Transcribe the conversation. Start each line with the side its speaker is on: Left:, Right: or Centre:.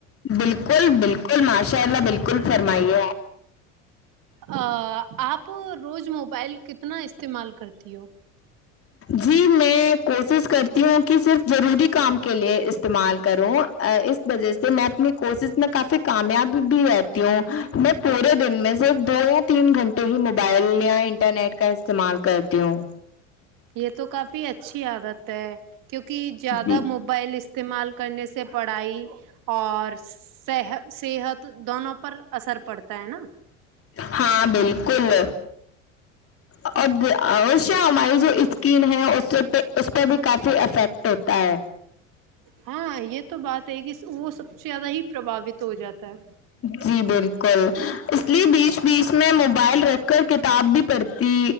Left: بالکل بالکل ماشاء اللہ بالکل فرمائیے آ
Right: آں آپ روز موبائل کتنا استعمال کرتی ہو
Left: جی میں کوشش کرتی ہوں کہ صرف ضروری کام کے لیے استعمال کروں اس وجہ سے میں اپنی کوشش میں کافی کامیاب بھی رہتی ہوں میں پورے دن میں صرف دو یا تین گھنٹے ہی موبائل یا انٹرنیٹ کا استعمال کرتی ہوں
Right: یہ تو کافی اچھی عادت ہے کیونکہ زیادہ
Left: جی
Right: موبائل اس استعمال کرنے سے پڑھائی اور صحت صحت دونوں پر اثر پڑتا ہے نا
Left: ہاں بالکل اور اسے ہماری جو اسکن ہے اس پہ اس پہ بھی کافی افیکٹ ہوتا ہے
Right: ہاں یہ تو بات ہے کہ وہ سب سے زیادہ ہی پربھاوت ہو جاتا ہے
Left: جی بالکل اس لیے بیچ بیچ میں موبائل رکھ کر کتاب بھی پڑھتی